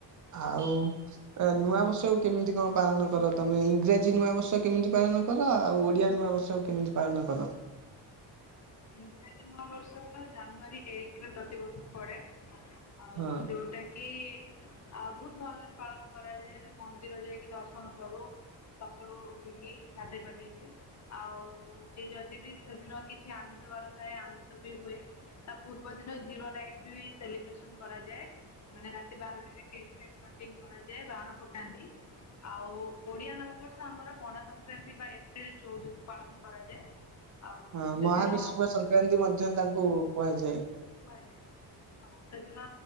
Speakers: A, on the right; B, on the left.
A: ଆଉ ନୂଆବର୍ଷକୁ କେମିତି କଣ ପାଳନ କର? ତମେ ଇଂରାଜୀ ନୂଆବର୍ଷ କେମିତି ପାଳନ କର, ଆଉ ଓଡ଼ିଆ ନୂଆବର୍ଷକୁ କେମିତି ପାଳନ କର?
B: ଇଂରାଜୀ ନୂଆବର୍ଷ ତ ଜାନୁଆରୀ ଏକରେ ପ୍ରତିବର୍ଷ ପଡ଼େ। ଆଉ
A: ହଁ।
B: ଯୋଉଟା କି ଆଉ ବହୁତ ଭଲରେ ପାଳନ କରାଯାଏ, ମନ୍ଦିର ଯାଇକି ଦର୍ଶନ କରୁ। ସଖାଳୁ ଉଠିକି ଗାଧେଇ ପାଧେଇକି ଆଉ ସେ ଯଦି ବି ସେଦିନ କିଛି ଆମିଷ ବାର ଥାଏ ଆମିଷ ବି ହୁଏ, ତା ପୂର୍ବ ଦିନ ଜି ରୋ ନାଇଟ ବି ସେଲିବ୍ରେସନ କରାଯାଏ, ମାନେ ରାତି ବାରଟାରେ କେକ୍ ଫେକ୍ କଟିଙ୍ଗ୍ କରାଯାଏ ବାଣ ଫୁଟାନ୍ତି, ଆଉ ଓଡିଆ ନବବର୍ଷ ଆମର ପଣା ସଂକ୍ରାନ୍ତି ବା ଏପ୍ରିଲ ଚଉଦକୁ ପାଳନ କରାଯାଏ। ଆଉ
A: ହଁ
B: ସେଦିନ
A: ମହାବିଷୁବ ସଂକ୍ରାନ୍ତି ମଧ୍ୟ ତାଙ୍କୁ କୁହାଯାଏ।
B: କୁହାଯାଏ ହଁ ସେଦିନ